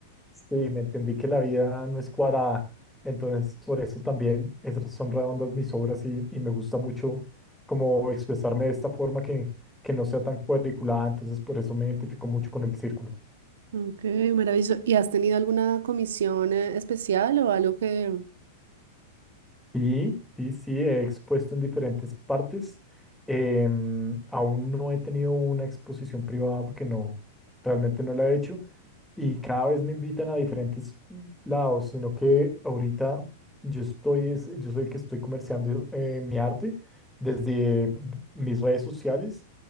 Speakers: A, in the centre; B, on the right (about 80°).
A: Sí, me entendí que la vida no es cuadrada, entonces por eso también esas son redondas mis obras y, y me gusta mucho como expresarme de esta forma que, que no sea tan cuadriculada, entonces por eso me identifico mucho con el círculo.
B: Ok, maravilloso. ¿Y has tenido alguna comisión eh, especial o algo que...
A: Y sí, sí, he expuesto en diferentes partes, em, aún no he tenido una exposición privada porque no, realmente no la he hecho, y cada vez me invitan a diferentes lados, sino que ahorita yo estoy, es- yo soy el que estoy comerciando eh, mi arte desde mis redes sociales